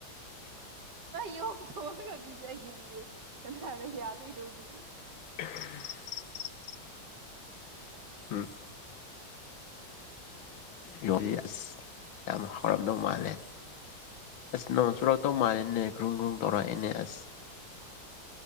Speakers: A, on the right; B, on the left.
A: ꯌ‌ꯣꯡ ꯊ‌ꯣꯡꯉꯥꯒꯥ ꯄꯤꯖꯥꯒ‌ꯦꯌ‌ꯦ ꯀꯅꯥꯅꯥ ꯌꯥꯗ‌ꯣꯏꯅ‌ꯣ ꯗꯨꯗꯤ
B: <unintelligible> ꯎꯝ ꯌꯣꯡꯁ‌ꯦ ꯑꯁ ꯌꯥꯝ ꯍꯥꯎꯔꯝꯗꯧ ꯃꯥꯜꯂꯦ ꯑꯁ ꯅꯣꯡ ꯆꯨꯔꯛꯇꯧ ꯃꯥꯜꯂꯦꯅꯦ ꯒ꯭ꯔꯨꯝ ꯒ꯭ꯔꯨꯡ ꯇꯧꯔꯛꯑꯦꯅꯦ ꯑꯁ